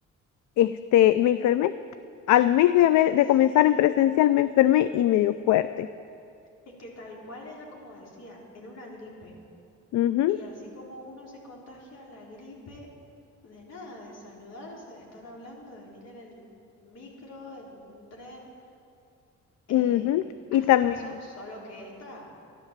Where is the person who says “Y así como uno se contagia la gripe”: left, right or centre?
Left